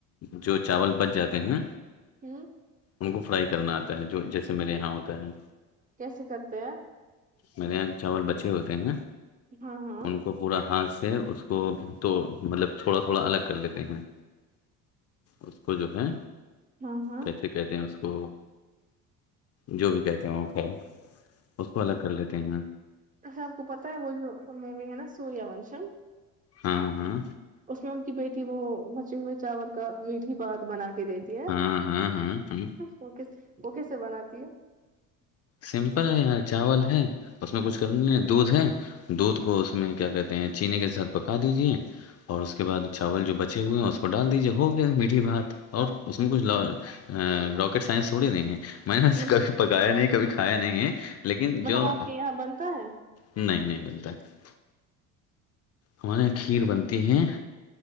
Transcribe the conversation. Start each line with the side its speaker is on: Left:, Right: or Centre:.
Left: جو چاول بچ جاتے ہیں
Right: ہ
Left: ان کو فرائی کرنا آتا ہے جو جیسے میرے یہاں ہوتا ہے
Right: کیسے کرتے ہیں
Left: میرے یہاں چاول بچے ہوتے ہیں
Right: ہاں ہاں
Left: ان کو پورا ہاتھ سے اس کو تو مطلب تھوڑا تھوڑا الگ کر لیتے ہیں اس کو جو ہے
Right: ہاں ہاں
Left: کیسے کہتے ہیں اس کو جو بھی کہتے ہیں وہ خیر اس کو الگ کر لیتے ہیں ہم
Right: اچھا آپ کو پتا ہے وہ جو مووی ہے نا سوریہ ونشن
Left: ہاں ہاں
Right: اس میں ان کی بیٹی وہ بچے ہوئے چاول کا میٹھی بات بنا کے دیتی ہے
Left: ہاں ہاں ہاں ہاں
Right: وہ کیس وہ کیسے بناتی ہے
Left: سمپل ہے یار چاول ہے اس میں کچھ کرنا ہے دودھ ہے دودھ کو اس میں کیا کہتے ہیں چینی کے ساتھ پکا دیجیے اور اس کے بعد چاول جو بچے ہوئے ہیں اس کو ڈال دیجیے ہو گیا میٹھی بھات اور اس میں کچھ ا رواکٹ سائنس تھوڑی نہیں ہے میں نے سے
Right: مطلب
Left: کبھی پکایا نہیں کبھی کھایا نہیں ہے لیکن
Right: مطلب
Left: جو
Right: آپ کے یہاں بنتا ہے
Left: نہیں نہیں بولتا ہے ہمارے یہاں کھیر بنتی ہے